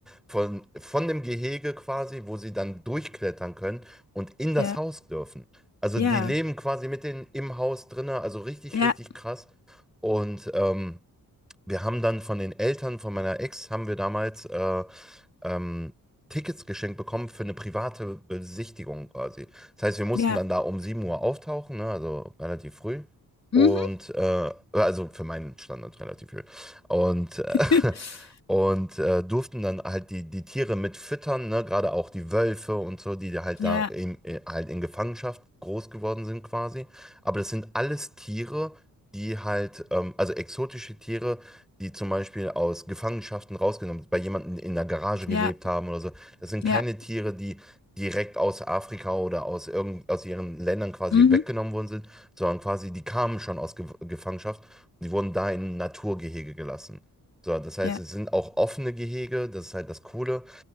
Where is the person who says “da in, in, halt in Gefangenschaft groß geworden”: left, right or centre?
Centre